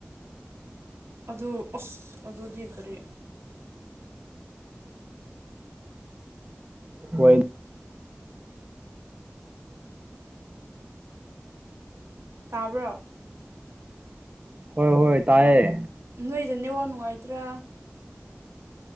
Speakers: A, on the right (about 80°); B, on the right (about 35°).
A: ꯑꯗꯨ ꯑꯁ ꯑꯗꯨꯗꯤ ꯀꯔꯤ
B: ꯍꯣꯏꯠ
A: ꯇꯥꯕ꯭ꯔꯣ
B: ꯍꯣꯏ ꯍꯣꯏ ꯇꯥꯏꯌꯦ
A: ꯅꯣꯏꯗ ꯅꯦꯛꯋꯥ ꯅꯨꯡꯉꯥꯏꯇ꯭ꯔꯥ